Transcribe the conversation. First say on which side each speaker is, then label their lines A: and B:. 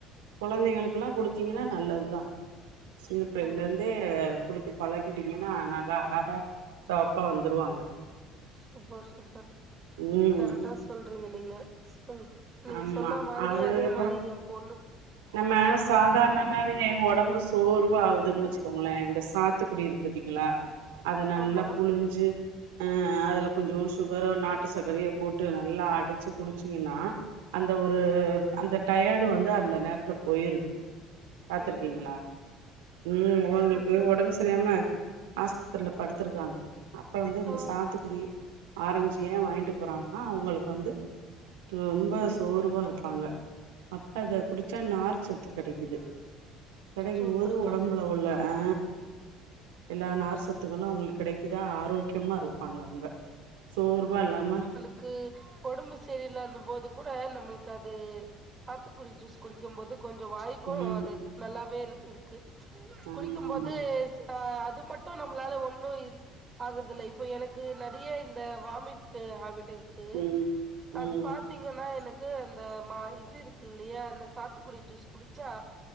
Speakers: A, on the right; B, on the right.
A: கொழந்தைங்களுக்குலா குடுத்தீங்கனா நல்லதுதா சின்னப்பிள்ளைல
B: ஆமா
A: இர்ந்தே குடுத்து பழக்கிட்டீங்கனா நல்லா அழகா செவப்பா வந்துருவாங்க
B: சூப்பர் சூப்பர்
A: ம்
B: கரட்டா சொல்றீங்க நீங்க ம் நீங்க
A: ஆமா
B: சொன்னா மாதிரி
A: அதுக்கப்புறோ
B: அதே மாரி என் பொண்ணு
A: நம்ம
B: சாப்புடுவா
A: சாதார்ண் ணமாவே ஒடம்பு சோர்வா ஆவுதுன் வச்சுக்கோங்குளே இந்த சாத்துகுடி இருக் பாத்தீங்குளா அத நல்லா
B: ஆமா
A: புழுஞ்சு அ அதுல கொஞ்சோ சுகரோ நாட்டு சக்கரையோ போட்டு நல்லா அடுச்சி குடிச்சீங்கனா அந்த ஒரு அந்த டயர்டு வந்து அந்த நேர் த்ல போயிருது பாத்துருக்கீங்ளா
B: ம்
A: ம் ஒங்குளுக்கு
B: சூப்பர்
A: ஒடம்ஸ் சரியாம ஆஸ்பத்திரல படுத்திருக்காங்க அப்ப வந்து இந்த
B: ஆ
A: சா த்துகுடி ஆரஞ்சு ஏன் வாங்கிட்டு போறாங்கனா அவுங்களுக் வந்து ரொம்ப
B: ம்
A: சோர்வா இருப்பாங்க அப்ப இத குடிச்சா நார்சத்து கெடைக்குது கெடைக்குமோது
B: சூப்பர்
A: ஒடம்புல
B: தோழி
A: உள்ள ஆ எல்லா நார்சத்துகளு அவுங்ளுக் கெடைக்குதா ஆரோக்கியமா இருப்பாங்க அவ்ங்க சோர்வா இல்லாம
B: க்கு ஒடம்பு சரியில்லாத போது கூட நம்மளுக்கு அது சாத்துக்குடி ஜூஸ் குடிக்கும் போது கொஞ்சோ வாய் க்கு
A: ம்
B: அது நல்லாவே இருக்கு
A: ஆமா
B: குடிக்கும்போது
A: ஆமா
B: ஆ அது மட்டு நம்ளால ஒன்னு இது ஆகுறதில்ல இப்போ எனக்கு நெறைய இந்த வாமிட்டு ஹேபிட் இருக்கு
A: ம் ம்
B: அது பாத்தீங் நீங்கன்னா எனக்கு அந்த மா இது இருக்கு இல்லையா அந்த சாத்துக்குடி ஜூஸ் குடிச்சா